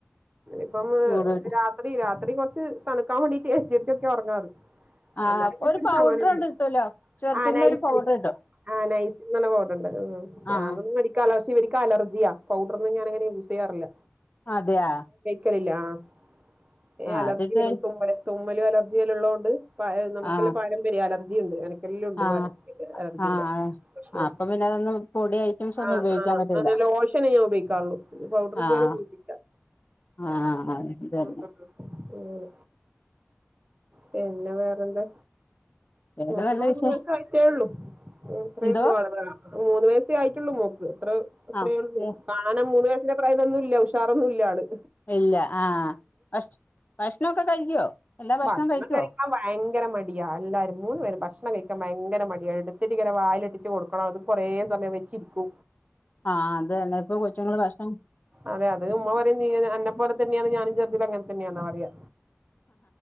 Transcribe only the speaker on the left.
ചൂടൂര്
ആഹ്
ഒരു പൗഡർ
ഉണ്ട് കിട്ടുവല്ലോ ചെർച്ചിലിന്റെ
ഒരു പൗഡർ കിട്ടും
ആഹ്
അതെയാ
ആഹ്
അതിട്ട്
ആഹ്
ആഹ്
ആഹ് ആഹ്
അപ്പൊ പിന്നെ അതൊന്നും പൊടി ഐറ്റംസ് ഒന്നും
ഉപയോഗിക്കാൻ
പറ്റൂല
ആഹ്
ആഹ് അതിന്റെന്നെ
വേറെ
നല്ല
വിശേ
എന്തോ
ആ മൂ
ഇല്ല ആഹ് ഭഷ് ഭഷ്ണക്കെ കഴിക്കുവോ എല്ലാ ഭക്ഷണവും
കഴിക്കുവോ
ആഹ് അതന്നെ ഇപ്പൊ കൊച്ചുങ്ങള് ഭഷ്ണം.